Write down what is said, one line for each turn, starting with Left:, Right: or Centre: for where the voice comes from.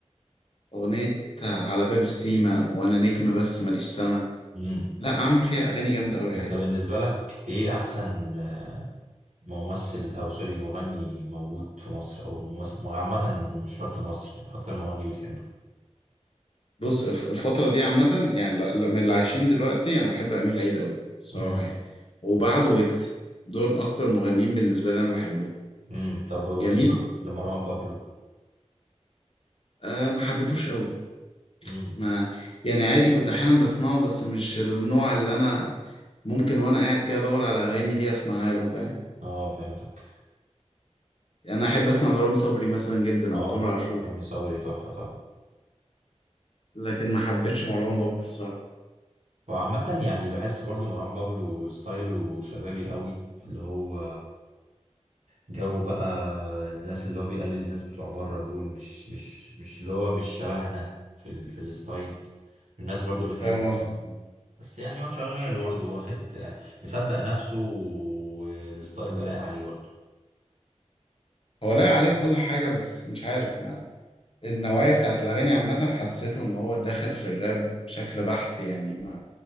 Left: أغنية على باب السيما وأنا نجم بس ماليش سما
Right: امم
Left: لا عمل فيها أغاني جامدة أوي حقيقي
Right: انت بالنسبة لك ايه احسن آه، ممثل او سوري مغني موجود في مصر او ممثل عامة مش شرط مصر اكتر مغني بتحبه
Left: بص الف- الفترة دي عامة يعني ل- من اللي عايشين دلوقتي أنا بحب أمير عيد أوي الصراحة
Right: امم
Left: يعني وبعده ويجز دول أكتر مغنيين بالنسبة لي أنا بحبهم
Right: امم طب بالنسبة
Left: جميل
Right: لمروان بابلو
Left: أه ما حبيتوش أوي
Right: امم
Left: ما يعني عادي كنت أحيانا بسمعه بس مش النوع اللي أنا ممكن وأنا قاعد كده أدور على أغاني ليه أسمعها له فاهم
Right: اه فهمتك
Left: يعني أنا أحب أسمع لرامي صبري مثلا جدا
Right: اه
Left: أو تامر عاشور
Right: رامي صبري تحفة طبعا
Left: لكن ما حبيتش مروان بابلو الصراحة
Right: وعامة يعني بحس برضو مروان بابلو ستايله شبابي قوي اللي هو جو بقى الناس اللي هو بيقلد الناس بتوع بره دول مش مش مش اللي هو مش شبهنا في ال... في الستايل الناس برضو بتحب
Left: فاهم قصدي
Right: <laughs> بس يعني هو شغال برضه واخد مصدق نفسه والستايل ده لايق عليه برضه
Left: هو لاقي عليه كل حاجة بس مش عارف ما النوعية بتاعت الأغاني عامة حسيته إن هو دخل في الراب بشكل بحت يعني ما